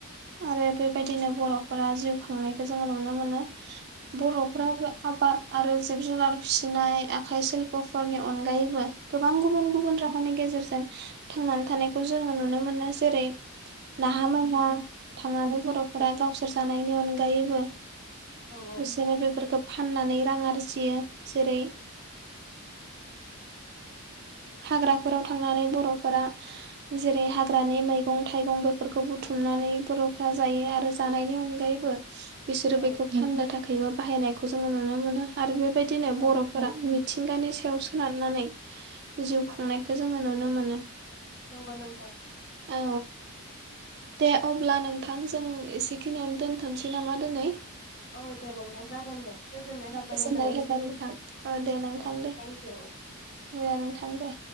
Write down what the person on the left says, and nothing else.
औ
औ
औ
नंगौ नोंथां
औ दे नोंबां जागोन दे गोजोननाय थाबाय
नोंथांनिस
औ थेंकिउ।